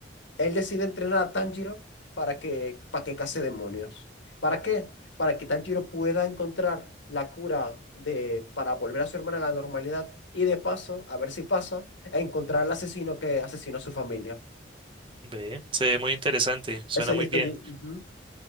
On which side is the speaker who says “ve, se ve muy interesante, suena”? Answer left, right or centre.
Right